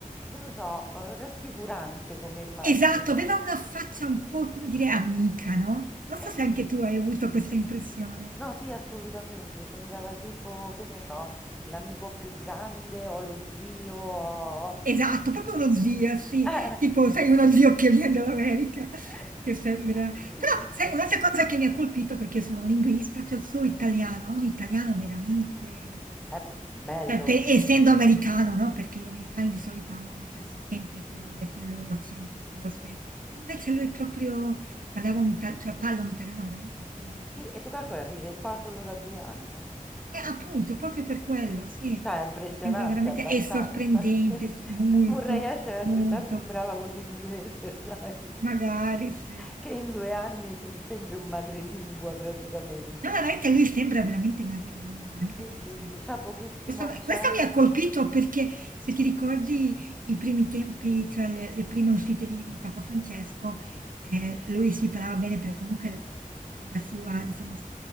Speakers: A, in the centre; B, on the right.
A: non lo so, eh, rassicurante come immagine.
B: Esatto, aveva una faccia un po', come dire, amica, no, non
A: Eh
B: so se anche
A: sì,
B: tu hai avuto questa impressione.
A: no, sì, assolutamente, sembrava tipo, che ne so, l'amico più grande o lo zio o...
B: Esatto, proprio uno zio, sì,
A: Eh.
B: tipo sai uno zio che viene dall'America,
A: <laughs>
B: che sembra
A: Sì,
B: però
A: sì,
B: sai
A: sì.
B: un'altra cosa che mi ha colpito, perché io sono linguista, cioè il suo italiano, ha un italiano veramente
A: È bello.
B: cioè pe essendo americano, no, perché gli americani di solito hanno cioè si sente quel quel loro accento forte, invece lui proprio parlava un ita cioè parla un italiano veramente pulito.
A: Sì, e tu calcola, vive qua solo da due anni, eh.
B: Eh, appunto, proprio per quello, sì.
A: Cioè, è impressionante
B: Sembra veramente
A: abbastanza.
B: è sorprendente,
A: <laughs>
B: sì, molto,
A: Vorrei essere altrettanto
B: molto.
A: brava con l'inglese, <laughs> sai?
B: Magari sì.
A: Che in due anni s- sembri un madrelingua praticamente.
B: No, veramente lui sembra veramente madrelingo, veramente
A: Sì,
B: pazzesco.
A: sì, sì, c'ha pochissimo
B: Questo,
A: accento.
B: questo mi ha colpito perché se ti ricordi i primi tempi, cioè le, le prime uscite di, di Papa Francesco, eh, lui si parlava bene, però comunque quella sua, diciamo, s-